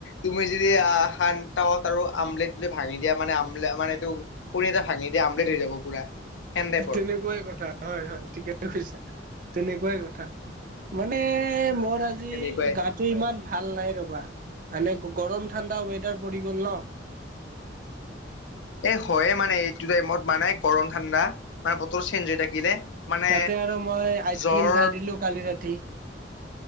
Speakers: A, on the left; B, on the right.
A: তুমি যদি আহ সান তাৱত আৰু আমলেট ভাঙি দিয়া মানে আমলে মানে আমাৰ এইটো <unintelligible> এটা ভাঙি দিয়া আমলেট হৈ যাব পুৰা। সেন টাইপৰ
B: তেনেকুৱাই কথা হয়, হয়, ঠিকেই কৈছা, তেনেকুৱাই কথা। মানে মোৰ আজি
A: তেনেকুৱাই
B: গাটো ইমান ভাল নাই ৰবা, মানে গৰম ঠাণ্ডা ৱেডাৰ পৰি গ'ল ন'।
A: এই হয়ে মানে এইটো টাইমত মানে গৰম ঠাণ্ডা মানে বতল চেঞ্জ হৈ থাকিলে। মানে
B: তাতে আৰু মই আইচক্ৰীম
A: জ্বৰ
B: খাই দিলো কালি ৰাতি।